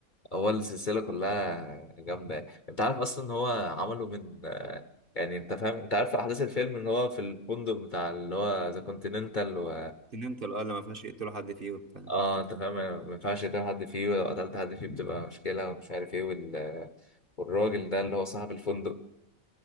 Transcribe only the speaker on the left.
هو السلسلة كلها جامدة انت عارف اصلا ان هو عمله من آه، يعني انت فاهم انت عارف احداث الفيلم ان هو في الفندق بتاع اللي هو ذا كونتيننتال و
اه انت فاهم ما ينفعش يقتل حد فيه ولو قتلت حد فيه بتبقى مشكلة ومش عارف ايه وال... والراجل ده اللي هو صاحب الفندق